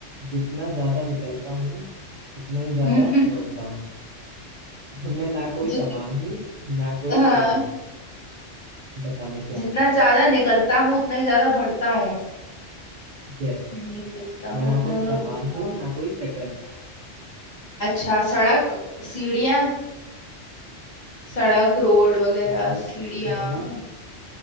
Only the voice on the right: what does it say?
जितना ज्यादा निकलता हूँ उतना ही ज्यादा
बढ़ता हूँ मैं ना कोई
सामान हूँ ना कोई
शक्ल बता मैं क्या
हूँ
यस
मैं ना
कोई
सामान
हूँ
ना कोई शक्ल
अ,
हाँ जी